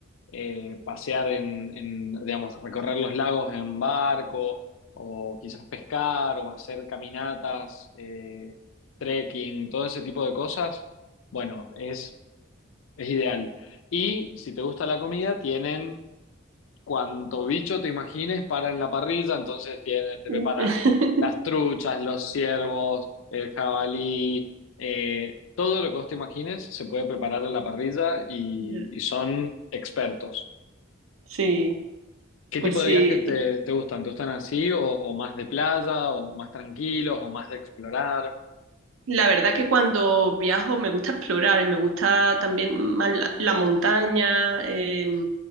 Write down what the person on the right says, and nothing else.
Uh. <laughs>
Ya.
Sí,
pues
sí.
La verdad que cuando viajo me gusta explorar y me gusta también más la, la montaña. eh,